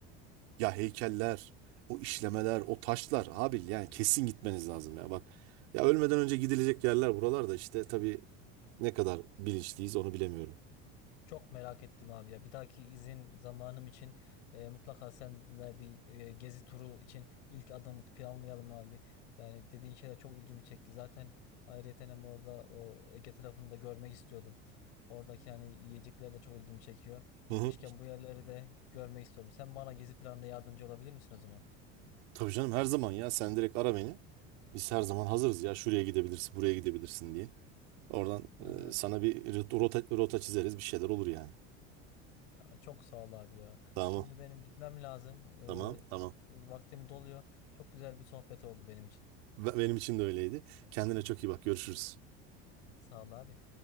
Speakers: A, on the right; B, on the left.
A: Ya heykeller, o işlemeler, o taşlar abi yani kesin gitmeniz lazım ya. Bak ya ölmeden önce gidilecek yerler buralarda işte tabii ne kadar bilinçliyiz onu bilemiyorum.
B: Çok merak ettim abi ya. Bir dahaki izin zamanım için e, mutlaka seninle bir e, gezi turu için ilk adımı planlayalım abi. Yani dediğin şeyler çok ilgimi çekti. Zaten ayrıyeten hem orada o Ege tarafını da görmek istiyordum. Oradaki yani yiyecekler de çok ilgimi çekiyor.
A: Hı
B: Gitmişken
A: hı.
B: bu yerleri de görmek istiyorum. Sen bana gezi planında yardımcı olabilir misin o zaman?
A: Tabii canım her zaman ya sen direkt ara beni. Biz her zaman hazırız ya şuraya gidebilirsin, buraya gidebilirsin diye. Oradan
B: Ee,
A: e, sana bir rota, rota çizeriz bir şeyler olur yani.
B: ya çok sağ ol abi ya.
A: Tamam.
B: Şimdi benim gitmem lazım.
A: Tamam,
B: Ee,
A: tamam.
B: vaktim doluyor. Çok güzel bir sohbet oldu benim için.
A: Be- Benim için de öyleydi. Kendine çok iyi bak. Görüşürüz.
B: Sağ ol abi.